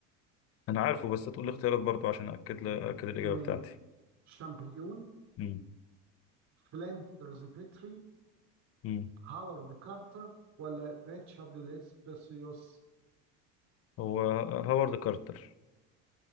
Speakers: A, on the left; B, on the right.
A: انا عارفه بس هتقول لي اختيارات برضه عشان اكد ل... اكد الاجابه
B: تمام
A: بتاعتي
B: شامبليون
A: امم
B: فلاندرز بيتري
A: امم
B: هاورد كارتر ولا ريتشارد ليسبسيوس
A: هو هوارد كارتر